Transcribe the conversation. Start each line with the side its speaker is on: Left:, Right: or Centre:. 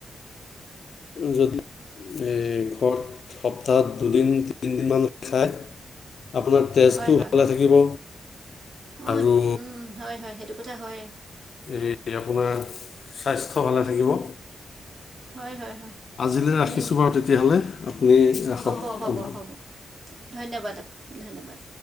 Left: যদি এই ঘৰত সপ্তাহত দুদিন তিনিদিনমান খায়। আপোনাৰ টেজটো
Right: হয় হয়
Left: ভালে
Right: হয়
Left: থাকিব
Right: অঁ
Left: আৰু।
Right: উম, হয় হয় সেইটো। টো হয়।
Left: এই আপোনাৰ স্বাস্থ্য ভালে থাকিব।
Right: হয় হয় হয়
Left: আজিলৈ ৰাখিছোঁ
Right: নিম
Left: বাৰু তেতিয়াহ'লে আপুনি ৰাখক
Right: হ'ব হ'ব
Left: ফোন।
Right: হ'ব। ধন্যবাদ ধন্যবাদ।